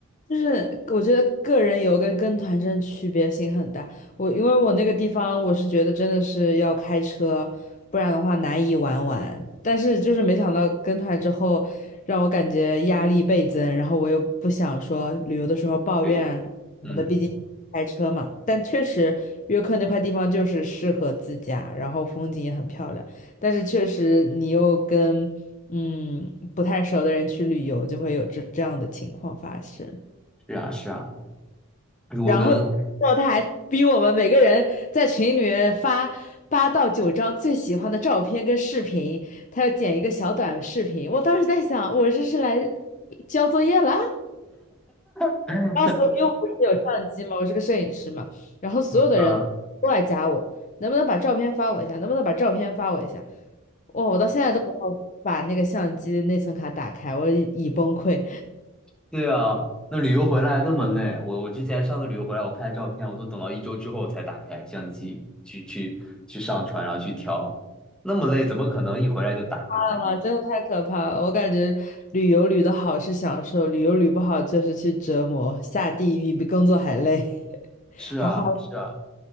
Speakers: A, on the left (about 35°); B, in the centre.
A: 就是我觉得个人游跟跟团真的区别性很大。我因为我那个地方，我是觉得真的是要开车，不然的话难以玩完。但是就是没想到跟团之后，让我感觉压力倍增，然后我又不想说旅游的时候抱怨什么的，
B: 对，嗯，
A: 毕竟开车嘛。但确实约克那块地方就是适合自驾，然后风景也很漂亮。但是确实你又跟嗯不太熟的人去旅游，就会有这这样的情况发生。
B: 是啊，是啊。如果跟
A: 然后，然后他还逼我们每个人在群里面发八到九张最喜欢的照片跟视频，他要剪一个小短视频。我当时在想，我这是来交作业啦。
B: <laughs>
A: 然后所有因为我不是有相机嘛，我是个摄影师嘛，然后所有的人都来加我，
B: 啊，
A: 能不能把照片发我一下？能不能把照片发我一下？哇，我到现在都没有把那个相机内存卡打开，我已崩溃。
B: 对啊，那旅游回来那么累，我我之前上次旅游回来，我拍照片，我都等到一周之后才打开相机去去去上传，然后去挑，那么累，怎么可能一回来就打开相机？
A: 怕了真的太可怕了！我感觉旅游旅的好是享受，旅游旅不好就是去折磨，下地狱比工作还累，<laughs>
B: 是啊，
A: 还花。
B: 是啊，